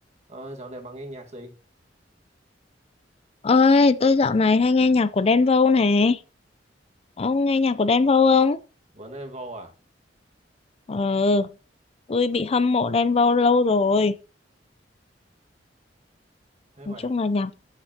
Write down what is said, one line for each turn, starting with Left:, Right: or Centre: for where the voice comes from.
Right: Ờ, dạo này bạn nghe nhạc gì?
Left: Ơi, tôi dạo này hay nghe nhạc của Đen Vâu này. Ông nghe nhạc của Đen Vâu không?
Right: Vẫn em vô à?
Left: Ờ, tôi bị hâm mộ Đen Vâu lâu rồi.
Right: Thế
Left: Nói
Right: bài
Left: chung
Right: Ừ.
Left: là nhạc